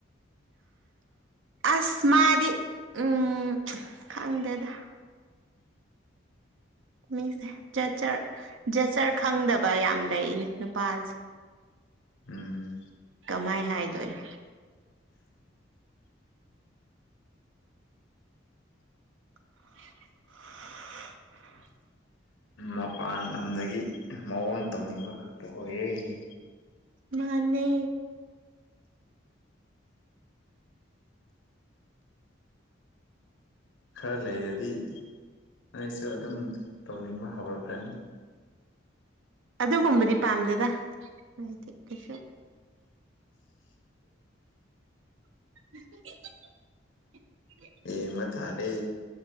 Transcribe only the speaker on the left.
ꯎꯝ
ꯃꯄꯥꯟ ꯂꯝꯗꯒꯤ ꯃꯑꯣꯡ ꯇꯧꯅꯤꯡꯕ ꯈꯛꯇ ꯑꯣꯏꯌꯦ
ꯈꯔ ꯂꯩꯔꯗꯤ ꯅꯩꯁꯨ ꯑꯗꯨꯝ ꯇꯧꯅꯤꯡꯕ ꯍꯧꯔꯛꯈ꯭ꯔꯅꯤ
ꯌꯦꯡꯕ ꯇꯔꯦ